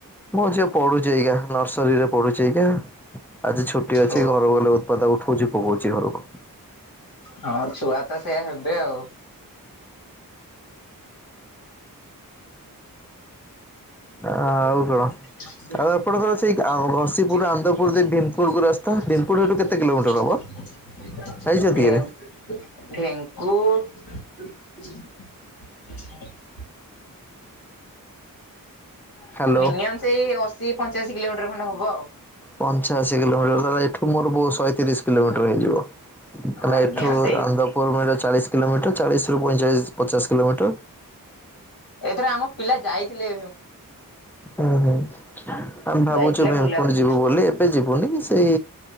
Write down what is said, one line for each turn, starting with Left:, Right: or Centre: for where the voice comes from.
Centre: ମୋ ଝିଏ ପଢୁଚି। ଆଜ୍ଞା, ନର୍ସରୀରେ ପଢୁଛି ଆଜ୍ଞା। ଆଜି ଛୁଟି ଅଛି
Left: ଓ
Centre: ଘରକୁ ଗଲେ ଉଠଉଚି ପକଉଚି ଘରକୁ।
Left: ହଁ! ଛୁଆ ତ ସେୟା ହେବେ ଆଉ।
Centre: ଆଉ କଣ।
Left: <unintelligible>
Centre: ଆଉ
Left: <inaudible>
Centre: <inaudible>
Left: ହଁ
Centre: ଆନ୍ଦପୁର ଦେଇ ଭୀମକୁଣ୍ଡକୁ ରାସ୍ତା ଭୀମକୁଣ୍ଡ ଏଠୁ କେତେ କିଲୋମିଟର ହବ?
Left: <inaudible>
Centre: ଯାଇଛନ୍ତି କେବେ
Left: <inaudible>
Centre: ହ୍ୟାଲୋ।
Left: ମିନିଅମ୍ ସେଇ, ଅଶି ପଞ୍ଚାଅଶି କିଲୋମିଟର ଖଣ୍ଡେ ହବ ଆଉ।
Centre: ପଞ୍ଚାଅଶୀ କିଲୋମିଟର, ତା'ହାଲେ ଏଠୁ ମୋର୍ ଶହେ ତିରିଶ କିଲୋମିଟର ହେଇଯିବ।
Left: ଆଜ୍ଞା
Centre: ଏଠୁ
Left: ସେଇ
Centre: ଆନ୍ଦପୁର୍ ଚାଳିଶ୍ କିଲୋମିଟର, ଚାଳିଶ୍ ରୁ ପଇଁ ଚାଳିଶ୍ ପଚାଶ୍ କିଲୋମିଟର।
Left: ଏଇଥ ଆମ ପିଲା ଯାଇଥିଲେ।
Centre: ଉଁହୁଁ, ଆମେ ଭାବୁଚୁ---ପୁର୍
Left: ଯାଇଥିଲେ ବୁଲାବୁଲି
Centre: ଯିବୁ। ଏବେ ଯିବୁନି, ସେଇ